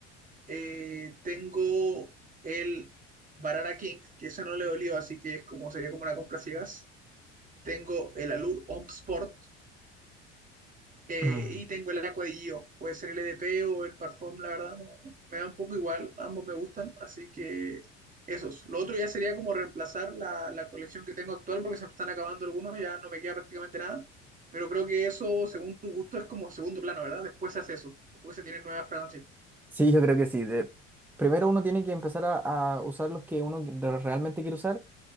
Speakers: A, on the right; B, in the centre.
A: Eh, tengo el Barara King, que ese no le dolió, así que es como, sería como una compra ciegas. Tengo el allure homme Sport. Eh,
B: Mm.
A: y tengo el Aqua de Gio. Puede ser el EDP o el Parfum, la verdad, no, me da un poco igual. Ambos me gustan, así que esos. Lo otro ya sería como reemplazar la, la colección que tengo actual porque se me están acabando algunos, ya no me queda prácticamente nada. Pero creo que eso, según tu gusto, es como segundo plano, ¿verdad? Después se hace eso, después se tienen nuevas fragancias.
B: Sí, yo creo que sí. de- Primero uno tiene que empezar a, a usar los que uno que- realmente quiere usar